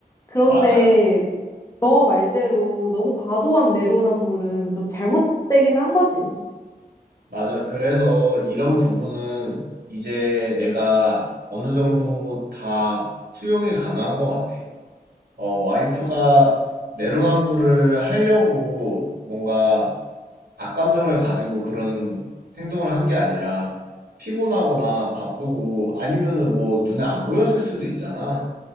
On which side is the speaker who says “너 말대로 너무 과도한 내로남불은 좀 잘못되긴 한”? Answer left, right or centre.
Left